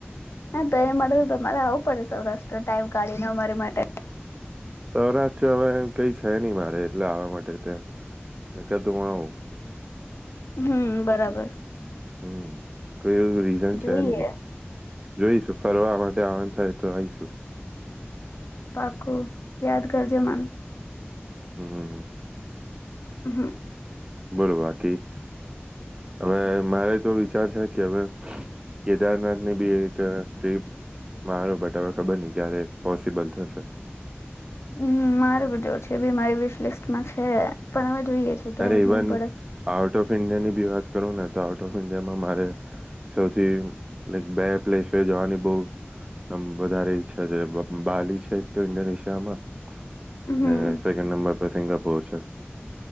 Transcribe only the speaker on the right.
સૌરાષ્ટ્ર હવે કઈ છે, નહી મારે એટલે આવા માટે ત્યાં ને કધું હું આવું.
હમ. એ રીઝન
છે ન. જોઈશું ફરવા માટે આવન થાય તો આઈશું.
હમ.
બોલો બાકી હવે મારે તો વિચાર છે, કે હવે કેદારનાથની બી એક ટ્રીપ મારો બટ હવે ખબર નહી. ક્યારે પોસિબલ થશે.
અરે ઇવન
આઉટ ઓફ ઈન્ડિયા ની બી વાત કરું ને તો આઉટ ઓફ ઈન્ડિયામાં મારે સૌથી લક બે પ્લેસ જવાની બહ આમ વધારે ઈચ્છા જે બાલી છે તો ઇન્ડોનેશિયા માં
અને સેકન્ડ નંબર સિંગાપુર છે